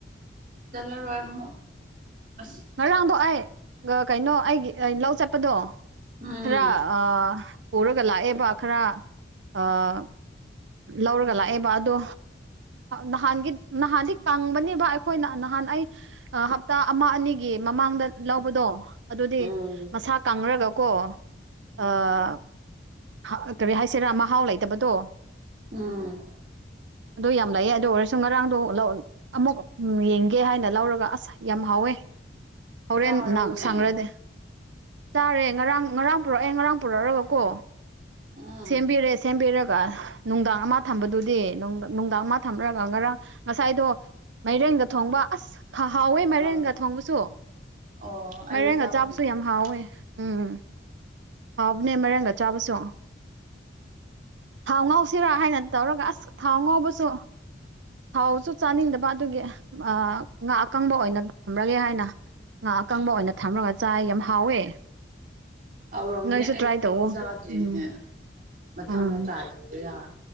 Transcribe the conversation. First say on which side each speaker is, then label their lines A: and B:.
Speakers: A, on the right; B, on the right.
A: ꯆꯠꯂꯔꯣꯏ ꯑꯃꯨꯛ ꯑꯁ
B: ꯉꯔꯥꯡꯗꯣ ꯑꯩꯒ ꯀꯩꯅꯣ ꯑꯩꯒꯤ ꯑꯥ ꯂꯧ ꯆꯠꯄꯗꯣ
A: ꯎꯝ
B: ꯈꯔ ꯑꯥ ꯄꯨꯔꯒ ꯂꯥꯛꯑꯦꯕ ꯈꯔ ꯑꯥ ꯂꯧꯔꯒ ꯂꯥꯛꯑꯦꯕ ꯑꯗꯣ ꯅꯍꯥꯟꯒꯤ ꯅꯍꯥꯟꯗꯤ ꯀꯪꯕꯅꯤꯕ ꯑꯩꯈꯣꯏꯅ ꯅꯍꯥꯟ ꯑꯩ ꯑꯥ ꯍꯞꯇꯥ ꯑꯃ ꯑꯅꯤꯒꯤ ꯃꯃꯥꯡꯗ ꯂꯧꯕꯗꯣ ꯑꯗꯨꯗꯤ
A: ꯎꯝ
B: ꯃꯁꯥ ꯀꯪꯔꯒꯀꯣ
A: ꯑꯣ
B: ꯑꯥ ꯍꯥ ꯀꯔꯤ ꯍꯥꯏꯁꯤꯔꯥ ꯃꯍꯥꯎ ꯂꯩꯇꯕꯗꯣ
A: ꯎꯝ
B: ꯑꯗꯨ ꯌꯥꯝ ꯂꯩꯌꯦ ꯑꯗꯨ ꯑꯣꯏꯔꯁꯨ ꯉꯔꯥꯡꯗꯣ ꯂꯧ ꯑꯃꯨꯛ ꯎꯝ ꯌꯦꯡꯒꯦ ꯍꯥꯏꯅ ꯂꯧꯔꯒ ꯑꯁ ꯌꯥꯝ ꯍꯥꯎꯋꯦ ꯍꯣꯔꯦꯟ
A: ꯆꯥꯔꯕꯅꯦ
B: ꯅꯪ ꯁꯪꯔꯗꯤ ꯆꯥꯔꯦ ꯉꯔꯥꯡ ꯉꯔꯥꯡ ꯄꯨꯔꯛꯑꯦ ꯉꯔꯥꯡ ꯄꯨꯔꯛꯑꯒꯀꯣ
A: ꯎꯝ
B: ꯁꯦꯝꯕꯤꯔꯦ ꯁꯦꯝꯕꯤꯔꯒ ꯅꯨꯡꯗꯥꯡ ꯑꯃ ꯊꯝꯕꯗꯨꯗꯤ ꯅꯨꯡꯗꯥꯡ ꯑꯃ ꯊꯝꯔꯒ ꯉꯔꯥꯡ ꯁꯥꯏꯗꯣ ꯃꯩꯔꯦꯡꯒ ꯊꯣꯡꯕ ꯑꯁ ꯍꯥ ꯍꯥꯎꯋꯦ ꯃꯥꯏꯔꯦꯟꯒ
A: ꯑꯪ
B: ꯊꯣꯡꯕꯁꯨ
A: ꯑꯣ ꯑꯩꯗꯤ
B: ꯃꯥꯏꯔꯦꯟꯒ
A: ꯆꯥꯗ꯭ꯔꯤꯅꯦ
B: ꯆꯥꯕꯁꯨ ꯌꯥꯝ ꯍꯥꯎꯋꯦ ꯎꯝ ꯍꯥꯎꯕꯅꯦ ꯃꯥꯏꯔꯦꯟꯒ ꯆꯥꯕꯁꯨ ꯊꯥꯎ ꯉꯧꯁꯤꯔ ꯍꯥꯏꯅ ꯇꯧꯔꯒ ꯑꯁ ꯊꯥꯎ ꯉꯧꯕꯁꯨ ꯊꯥꯎꯁꯨ ꯆꯥꯅꯤꯡꯗꯕ ꯑꯗꯨꯒꯤ ꯑꯥ ꯉꯥ ꯑꯀꯪꯕ ꯑꯣꯏꯅ ꯊꯝꯔꯒꯦ ꯍꯥꯏꯅ ꯉꯥ ꯑꯀꯪꯕ ꯑꯣꯏꯅ ꯊꯝꯔꯒ ꯆꯥꯏ ꯌꯥꯝ ꯍꯥꯎꯋꯦ
A: ꯍꯥꯎꯔꯝꯃꯅꯤ
B: ꯅꯣꯏꯁꯨ
A: ꯑꯩ
B: ꯇ꯭ꯔꯥꯏ ꯇꯧꯋꯣ
A: ꯑꯩꯗꯤ ꯆꯥꯗ꯭ꯔꯤꯅꯦ
B: ꯎꯝ
A: ꯃꯊꯪꯗ
B: ꯎꯝ
A: ꯇ꯭ꯔꯥꯏ ꯇꯧꯕ ꯌꯥ